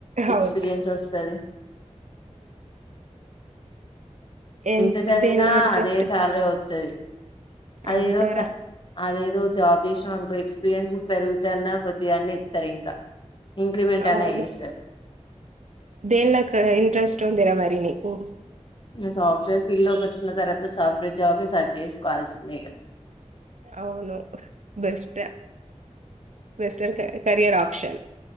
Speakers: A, on the left; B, on the right.
A: ఎక్స్పీరియన్స్
B: అవును
A: వస్తది.
B: ఏ
A: ఎంత చదివినా
B: దేనిలో ఇంట్రెస్ట్
A: అదే సాలరి ఒత్తది, అదేదో
B: అంతేరా
A: స అదేదో ఓ జాబ్ చేసినమ్ అనుకో, ఎక్స్పీరియన్స్ పెరుగుతేఅన్నా, కొద్ది అన్న ఇత్తరు ఇంకా. ఇంక్రిమెంట్
B: అవును,
A: అన్నా చేస్తారు
B: దేన్లేక్కువ ఇంట్రెస్ట్ ఉందిర మరి? ది నీకు?
A: గ సాఫ్ట్వేర్ ఫీల్డ్ లోకి వచ్చిన తర్వాత, సాఫ్ట్వేర్ జాబే సర్చ్ చేసుకోవాల్సిందే ఇగ.
B: అవును బెస్ట్, బెస్టరికా కెరియర్ ఆప్షన్.